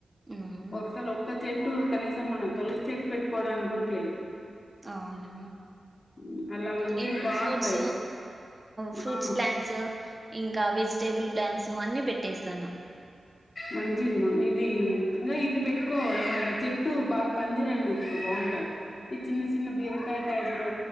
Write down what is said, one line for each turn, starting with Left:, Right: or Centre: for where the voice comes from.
Right: ఉమ్
Left: ఒక్కలఒక్కత్ చెట్టు కనీసం మన తొలసి చెట్టు పెట్టుకోవడానికి కూడా ప్లేస్ లేదు
Right: అవునా
Left: ఉమ్, అలా ఇంట్లు
Right: నేను
Left: బాగుంటాయి
Right: ఫ్రూట్స్ ఫ్రూట్స్
Left: ఆ
Right: ప్లాంట్స్ ఇంకా వెజిటేబుల్ ప్లాంట్స్ అన్ని పెడతా టేసనా
Left: మంచిది మా ఇది ఇది పెట్టుకో ఏమంటారు. చెట్టు బాగా పందిరల్లిచ్చుకో బాగుంటది. ఈ చిన్న చిన్న బీరకాయ టైప్ లో